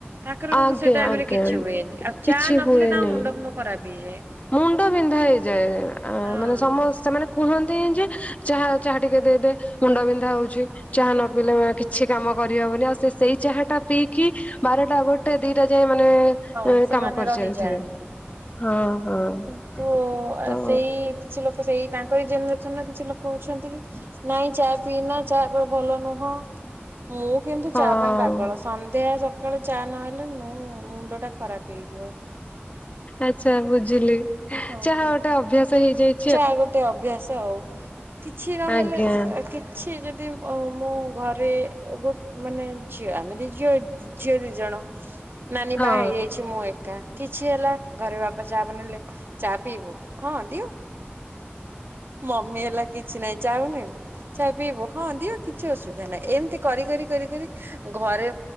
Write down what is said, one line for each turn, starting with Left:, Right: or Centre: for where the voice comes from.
Right: ତାଙ୍କର କିନ୍ତୁ
Left: ଆଜ୍ଞା
Right: ସେ ଟାଇମ
Left: ଆଜ୍ଞା
Right: ରେ କିଛି ହୁଏନି ଆଉ
Left: କିଛି
Right: ଚା ନ
Left: ହୁଏନି।
Right: ପିଲଲେ ତାଙ୍କ ମୁଣ୍ଡ ଫୁଣ୍ଡ ଖରାପ ହେଇଯାଏ।
Left: ମୁଣ୍ଡ ବିନ୍ଧା ହେଇଯାଏ। ଆଁ
Right: ହଁ
Left: ମାନେ ସମସ୍ତେ ମାନେ କୁହନ୍ତି ଯେ ଚାହା ଚାହା ଟିକେ ଦେଇଦେ ମୁଣ୍ଡ ବିନ୍ଧା ହୋଉଚି। ଚାହା ନ ପିଇଲେ କିଛି କାମ କରି ହବନି। ଆଉ ସେ ସେଇ ଚାହାଟା ପିଇକି ବାରଟା ଗୋଟେ ଦିଟା ଯାଏ ମାନେ
Right: ହଁ
Left: ଏଁ
Right: ସେମାନେ
Left: କାମ କରିଚଲଥିବେ।
Right: ରହିଯାଆନ୍ତି।
Left: ହଁ ହଁ
Right: କିନ୍ତୁ
Left: ତ
Right: ସେଇ କିଛି ଲୋକ ସେଇ ତାଙ୍କରି ଜେନେରେସନ ର କିଛି ଲୋକ ଅଛନ୍ତି କି ନାଇଁ ଚା ପିଇନା ଚାପା ଭଲ ନୁହଁ। ମୁଁ କିନ୍ତୁ
Left: ହଁ
Right: ଚା ପାଇଁ ପାଗଳ ସନ୍ଧ୍ୟା ସକାଳେ ଚା ନହେଲେ ମୁଁ ମୁଣ୍ଡ ଖରାପ ହେଇଯିବ।
Left: ଆଛା ବୁଝିଲି
Right: ହଁ
Left: ଯାହା ଗୋଟେ ଅଭ୍ୟାସ ହେଇଯାଇ
Right: ଚା ଗୋଟେ ଅଭ୍ୟାସ ଆଉ କିଛି ନହେଲେ
Left: ଆଜ୍ଞା
Right: ଆ କି ଛି ଯଦି ମୁଁ ଘରେ ଗୋ ମାନେ ଝିଅ ଆମେ ଦ ଝିଅ ଝିଅ ଦି ଜଣ ନାନୀ
Left: ହଁ
Right: ବା ହେଇଯାଇଛି ମୁଁ ଏ କାର କିଛି ହେଲା ଘରେ ବାପା ଚା ବନେଇଲେ ଚା ପିଇବୁ ହଁ ଦିଅ ମମି ହେଲା କିଛି ନାଇଁ ଚାହୁଁନ ଚା ପିଇବୁ ହଁ ଦିଅ କିଛି ଅସୁବିଧା ନାହିଁ ଏମିତି କରି କରି କରି କରି ଘରେ